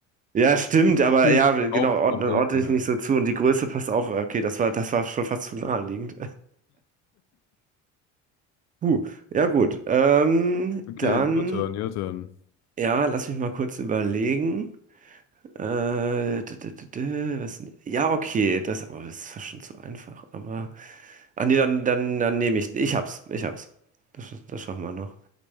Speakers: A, on the right (about 25°); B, on the left (about 60°).
A: Ja, stimmt, aber
B: <laughs>
A: ja, genau,
B: Auch,
A: ordne,
B: auch Europa,
A: ordne ich
B: ja.
A: nicht so zu. Und die Größe passt auch. Okay, das war, das war schon fast zu naheliegend. Puh, ja gut. Ähm,
B: Okay,
A: dann,
B: your turn, your turn.
A: ja, lass mich mal kurz überlegen. Äh, d- d- d- d- was, ja, okay, das, aber das ist fast schon zu einfach. Aber, ah nee, dann, dann, dann nehme ich, ich hab's, ich hab's. Das, sch- das schaffen wir noch.